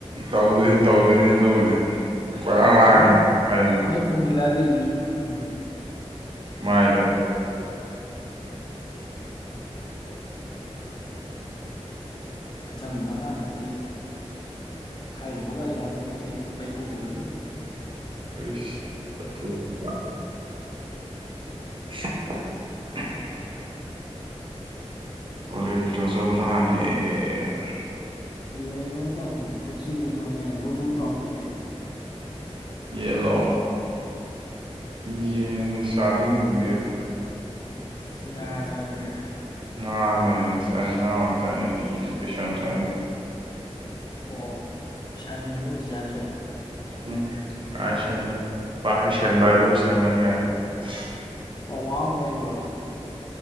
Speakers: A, on the right; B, on the left.
A: ꯇꯧꯗꯣꯏꯅꯤ ꯇꯧꯗꯣꯏꯅꯦ ꯑꯗꯨꯕꯨꯗꯤ <unintelligible>
B: <unintelligible>
A: ꯃꯥꯏꯗꯨꯗ
B: ꯈꯣꯡꯖꯤꯜꯂꯛꯑꯗꯤ ꯍꯧꯖꯤꯛ ꯎꯝ
A: ꯃꯥꯏꯗ
B: ꯑꯆꯝꯕ ꯑꯉꯥꯡ ꯅꯠꯇꯦ ꯍꯥꯏꯔꯨꯕꯒ ꯌꯥꯕ ꯅꯠꯇꯦ ꯄꯩꯊꯣꯛꯈꯤꯗꯣꯔꯤꯝ
A: <unintelligible> ꯎ <unintelligible> <unintelligible>
B: ꯌꯦꯟꯗꯣ ꯑꯝꯇꯪ ꯐꯨꯠꯁꯤ ꯀꯩꯅꯣꯅꯦ ꯕꯨꯛ ꯕꯨꯛ ꯂꯥꯎꯃꯩ
A: ꯌꯦꯟꯂꯣ ꯌꯦꯟꯕꯨ ꯆꯥꯅꯤꯡꯗ꯭ꯔꯦꯗ
B: ꯉꯥ ꯆꯅꯤꯡꯉꯦ
A: ꯉꯥꯅ ꯍꯦꯟꯅ ꯆꯥꯅꯤꯡꯉꯦ ꯉꯥ ꯑꯣꯏ ꯆꯥꯅꯤꯡꯉꯦ ꯌꯦꯟ ꯀꯩꯁꯨ ꯌꯥꯝ ꯆꯥꯅꯤꯡꯗꯦ
B: ꯉꯥ ꯑꯣ ꯁꯟ ꯉꯅꯨ ꯑꯣꯏꯅ ꯆꯥꯁꯤꯔꯣ
A: <unintelligible>
B: ꯄꯋꯥ ꯑꯃ ꯂꯩꯔ ꯂꯣꯏꯔꯦ